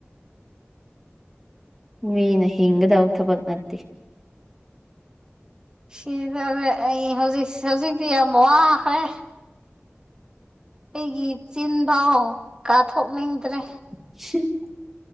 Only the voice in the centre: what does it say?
ꯃꯤꯅ ꯍꯤꯡꯒꯗꯧ ꯊꯕꯛ ꯅꯠꯇꯦ
<unintelligible>